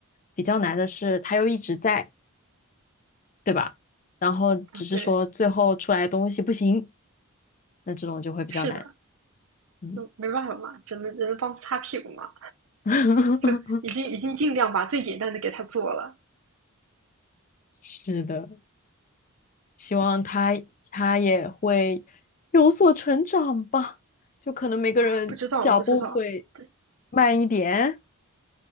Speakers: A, on the left; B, on the right.
A: 比较难的是，它又一直在，对吧？然后只是说最后出来的东西不行，
B: 啊，对，
A: 那这种就会比较难。
B: 是的，
A: 嗯，
B: 就没办法嘛，只能只能帮他擦屁股嘛，
A: <laughs>
B: 就已经已经尽量把最简单的给他做了。
A: 是的，希望他他也会有所成长吧，就可能每个人脚步会
B: 啊，不知道，我不知道。对，
A: 慢一点。